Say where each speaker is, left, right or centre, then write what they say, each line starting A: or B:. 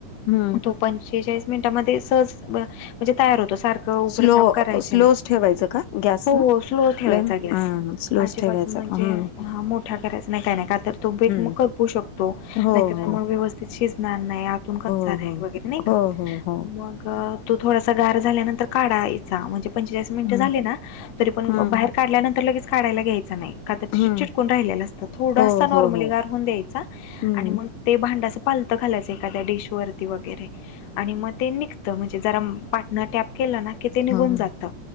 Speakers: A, on the left; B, on the left.
A: हम्म
B: तो पंचाळीस मिनटामध्ये सहज म्हणजे तयार होतो सार उघड
A: स्लो
B: झाप करायची
A: स्लोच
B: नाही
A: ठेवायचं का गॅस
B: हो स्लो ठेवायचा
A: फ्लेम
B: गॅस
A: हम्म स्लोच
B: अजिबात
A: ठेवायचा
B: म्हणजे
A: का? हम्म
B: हा मोठा करायचा नाही काय नाही का तर तो बेक
A: हम्म
B: मग करपू शकतो
A: हो
B: नाहीतर
A: हो
B: मग व्यवस्थित शिजणार नाही आ कच्चा
A: हो
B: राहिल
A: हो
B: वगैरे नाही
A: हो
B: का
A: हो हो हो
B: मग तो थोडासा गार झाल्यानंतर काढाय जा म्हणजे पंचेचाळीस मिनिटं
A: हम्म
B: झाले ना तरी पण
A: हम्म
B: बाहेर काढल्यानंतर लगेच काढायला घ्यायचं नाही का तर
A: हम्म
B: चिटकून राहिलेलं असतं थोडासा
A: हो
B: नॉर्मली
A: हो हो
B: गार होऊन द्यायचा
A: हम्म
B: आणि मग ते भांडं असं पालतं खालायचं एखाद्या डिश वरती वगैरे आणि मग ते निघतं म्हणजे जरा पार्टनर टॅप केलं ना कि ते निघून
A: हो हो
B: जात